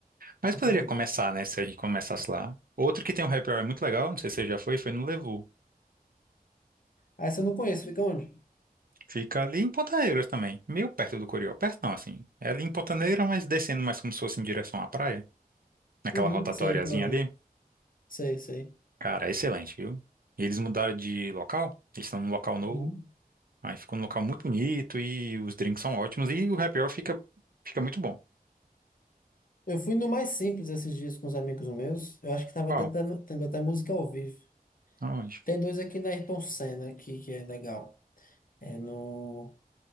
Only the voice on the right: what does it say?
Mas
poderia
começar, né? Se a gente começasse lá. Outro que tem um happy hour muito legal, não sei se você já foi, foi no Levu.
Fica ali em Ponta Negra também, meio perto do Coriol. Perto não, assim. É ali em Ponta Negra, mas descendo mais como se fosse em direção à praia. Naquela
rotatóriazinha
ali.
Cara, é excelente, viu? E eles mudaram de local, eles estão num local novo.
Aí ficou num local muito bonito e os drinks são ótimos e o happy hour fica, fica muito bom.
Qual?
Aonde?